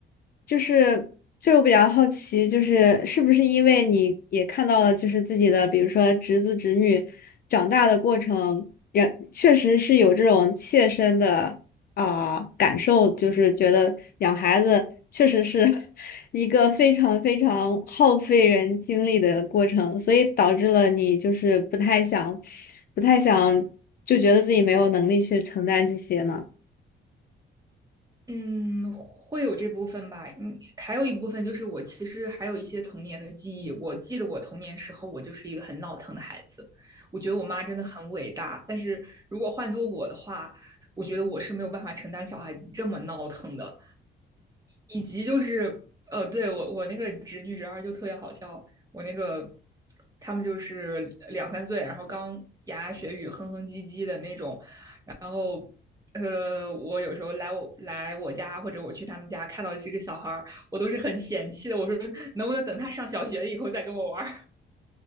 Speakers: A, on the left (about 50°); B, on the right (about 20°).
A: 就是就是我比较好奇，就是是不是因为你也看到了，就是自己的，比如说侄子侄女长大的过程，也确实是有这种切身的。啊、感受，就是觉得养孩子确实是 <laughs> 一个非常非常耗费人精力的过程，所以导致了你就是不太想，不太想，就觉得自己没有能力去承担这些呢。
B: 嗯，会有这部分吧。嗯，还有一部分就是我其实还有一些童年的记忆。我记得我童年时候，我就是一个很闹腾的孩子。我觉得我妈真的很伟大，但是如果换做我的话，我觉得我是没有办法承担小孩子这么闹腾的。以及就是，呃，对，我我那个侄女侄儿就特别好笑。我那个他们就是两三岁，然后刚牙牙学语、哼哼唧唧的那种，然后，呃，我有时候来我来我家或者我去他们家，看到这个小孩儿，我都是很嫌弃的。我说，能不能等他上小学以后再跟我玩儿？